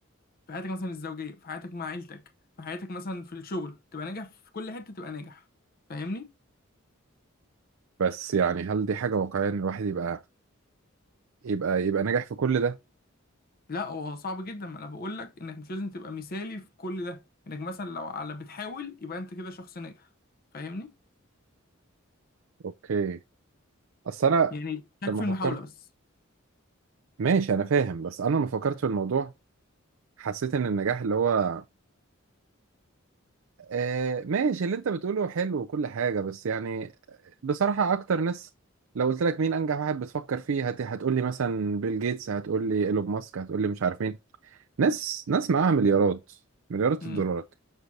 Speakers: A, on the left; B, on the right.
A: في حياتك مثلا الزوجيه في حياتك مع عيلتك في حياتك مثلا في الشغل تبقى ناجح في كل حته تبقى ناجح فاهمني
B: بس يعني هل دي حاجة واقعية ان الواحد يبقى يبقى يبقى ناجح في كل ده
A: لا هو صعب جدا ما انا بقول لك انك مش لازم تبقى مثالي في كل ده انك مثلا لو على بتحاول يبقى انت كده شخص ناجح فاهمني
B: اوكي اصل انا
A: يعني تكفي
B: لما
A: المحاولة
B: فكرت
A: بس
B: ماشي انا فاهم بس انا لما فكرت في الموضوع حسيت ان النجاح اللي هو آه ماشي اللي انت بتقوله حلو وكل حاجة بس يعني بصراحة اكتر ناس لو قلت لك مين انجح واحد بتفكر فيه هت... هتقول لي مثلا بيل جيتس هتقول لي ايلون ماسك هتقول لي مش عارف مين ناس ناس معاها مليارات مليارات
A: امم
B: الدولارات